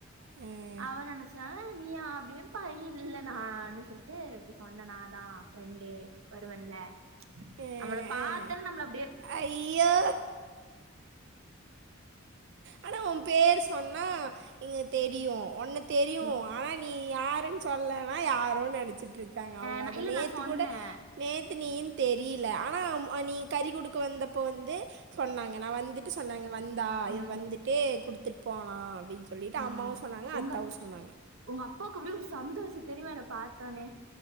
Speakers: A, on the right; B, on the right.
A: அஹ்
B: அவ நெனச்சா நீயா அப்டின் பா இல்ல நானு சொல்லிட்டு இப்டி சொன்னே நா தா ஃப்ரெண்டு வருவேல்ல
A: அஹ்
B: நம்மள பாத்தேன் நம்பள அப்டியே
A: ஐயோ ஆனா ஊ பேரு சொன்னா இங்க தெரியு உன்ன தெரியு
B: ம்.
A: ஆனா நீ யாருன் சொல்லனா யாரோ நெனச்சிட்ருக்காங்க அவ்ளோத
B: அஹ் நான் இல்ல
A: நேத்து
B: நான் சொன்னேன்
A: கூட நேத்து நீயின் தெரில ஆனா நீ கறி குடுக்க வந்தப்போ வந்து சொன்னாங்க நா வந்துட்டு சொன்னாங்க வந்தா
B: ம்,
A: இவ் வந்துட்டு குடுத்துட் போனா அப்டின் சொல்லிடு
B: ம்.
A: அம்மாவு சொன்னாங்க
B: உங்க
A: அத்தாவு சொன்னாங்க
B: உங்க அப்பாவ்க்கு அப்டி ஒரு சந்தோஷ தெரியுமா என பாத்தாளே